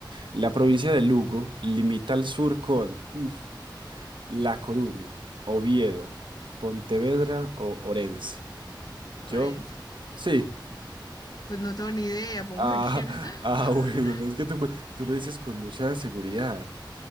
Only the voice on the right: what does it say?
La provincia de Lugo limita al sur con <laughs> mm, La Coruña, Oviedo, Pontevedra o Orense. Yo,
sí.
Ah,
<laughs> ah, bueno, pero es que tú, me- tú lo dices con mucha seguridad.